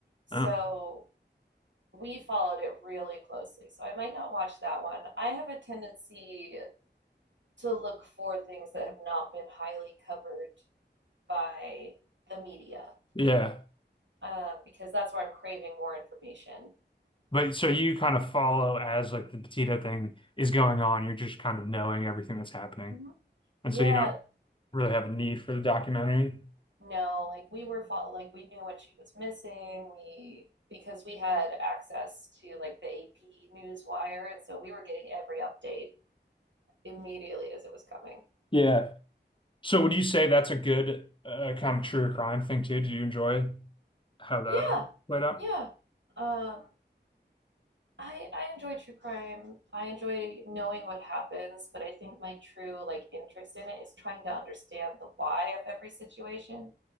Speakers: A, on the right; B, on the left.
A: So
B: Oh,
A: we followed it really closely. So I might not watch that one. I have a tendency to look for things that have not been highly covered by the media,
B: yeah.
A: um, because that's where I'm craving more information.
B: But so you kind of follow as like the Petito thing is going on. You're just kind of knowing everything that's happening.
A: Mhm.
B: And
A: Yeah,
B: so you don't really have a need for the documentary.
A: No, like we were fol like we knew when she was missing. We because we had access to like the AP news wire, and so we were getting every update immediately as it was coming.
B: Yeah. So would you say that's a good uh, kind of true crime thing too? Do you enjoy how that
A: Yeah,
B: played out?
A: yeah. Um, I I enjoy true crime. I enjoy knowing what happens, but I think my true like interest in it is trying to understand the why of every situation,